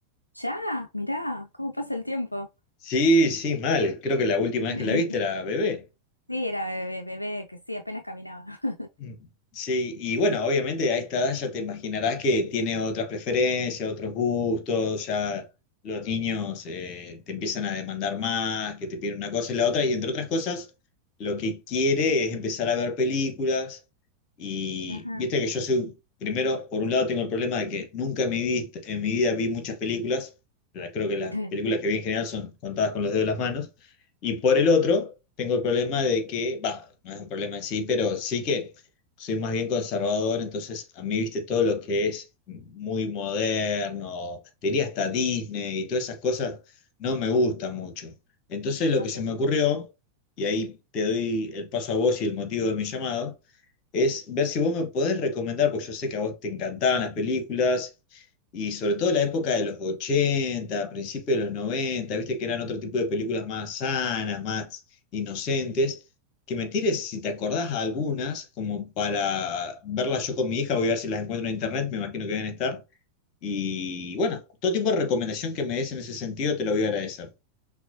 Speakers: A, on the left; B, on the left.
A: Ya, mirá, ¿cómo pasa el tiempo?
B: Sí, sí, mal. Creo que la última vez
A: <laughs>
B: que la viste era bebé.
A: Sí, era bebé, bebé, que sí, apenas caminaba. <laughs>
B: Mm, Sí, y bueno, obviamente a esta edad ya te imaginarás que tiene otras preferencias, otros gustos, ya los niños eh, te empiezan a demandar más, que te piden una cosa y la otra, y entre otras cosas, lo que quiere es empezar a ver películas, y
A: Ajá.
B: viste que yo soy, primero, por un lado tengo el problema de que nunca en mi, vist- en mi vida vi muchas películas, la- creo que las
A: <laughs>
B: películas que vi en general son contadas con los dedos de las manos, y por el otro, tengo el problema de que, va, no es un problema en sí, pero sí que soy más bien conservador, entonces a mí, viste, todo lo que es muy moderno, te diría hasta Disney y todas esas cosas, no me gusta mucho. Entonces lo
A: No
B: que
A: te
B: se me
A: gusta.
B: ocurrió, y ahí te doy el paso a vos y el motivo de mi llamado, es ver si vos me podés recomendar, porque yo sé que a vos te encantaban las películas, y sobre todo la época de los 80 principios de los 90 viste que eran otro tipo de películas más sanas, más inocentes que me tires, si te acordás, algunas, como para verlas yo con mi hija, voy a ver si las encuentro en internet, me imagino que deben estar. Y bueno, todo tipo de recomendación que me des en ese sentido te lo voy a agradecer.